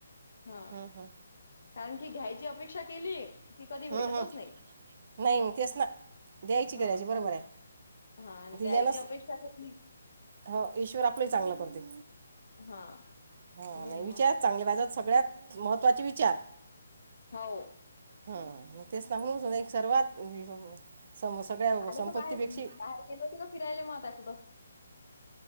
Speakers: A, on the left; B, on the right.
A: हा
B: हं, हं.
A: कारण की घ्यायची अपेक्षा केली की कधी भेटतच
B: हं, हं.
A: नाही.
B: नाही म तेच ना द्यायची
A: हा
B: करायची. बरोबरय
A: आणि हा आणि
B: दिल्यालं
A: द्यायची अपेक्षा केली
B: हं ईश्वर आपलं चांगलं करतोय
A: हा
B: हा
A: म्हणून
B: नाही विचार
A: मग
B: चांगले माझा सगळ्यात महत्त्वाचे विचार
A: हो
B: हम तेच ना म्हणून
A: हम्म.
B: एक सर्वात <inaudible> सगळ्या संपत्तीपेक्षा
A: कुठ बाहेर बाहेर गेलं होत का फिरायला मत कुठं